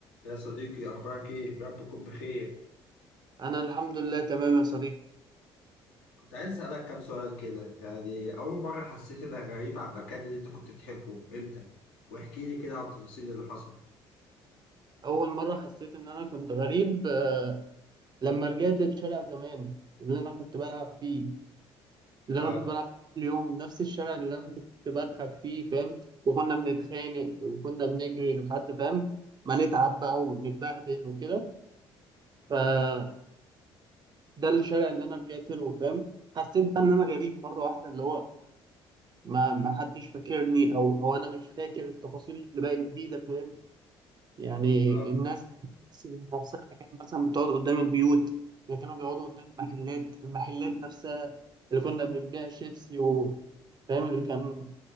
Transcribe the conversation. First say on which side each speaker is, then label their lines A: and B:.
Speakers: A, on the left (about 75°); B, on the right (about 35°).
A: يا صديقي أخبارك إيه؟ يا رب تكون بخير،
B: أنا الحمد لله تمام يا صديقي
A: كنت عايز أسألك كام سؤال كده، يعني أول مرة حسيت إنك غريب عن المكان اللي أنت كنت بتحبه، إمتى؟ واحكي لي كده على التفاصيل اللي حصلت.
B: أول مرة حسيت إن أنا كنت غريب آه، لما رجعت لشارع زمان اللي أنا كنت بلعب فيه اللي
A: آه
B: أنا كنت بلعب فيه كل يوم نفس الشارع اللي أنا كنت بضحك فيه فاهم وكنا بنتخانق وكنا بنجري لحد فاهم ما نتعب بقى ونتبهدل وكده فده الشارع اللي أنا رجعت له فاهم حسيت بقى إن أنا غريب مرة واحدة اللي هو ما ما حدش فاكرني أو أو أنا مش فاكر التفاصيل اللي بقت جديدة فاهم يعني
A: آه
B: الناس نفسها كانت مثلا بتقعد قدام البيوت وكانوا بيقعدوا قدام المحلات المحلات نفسها اللي كنا بنبيع شيبسي و- فاهم اللي كان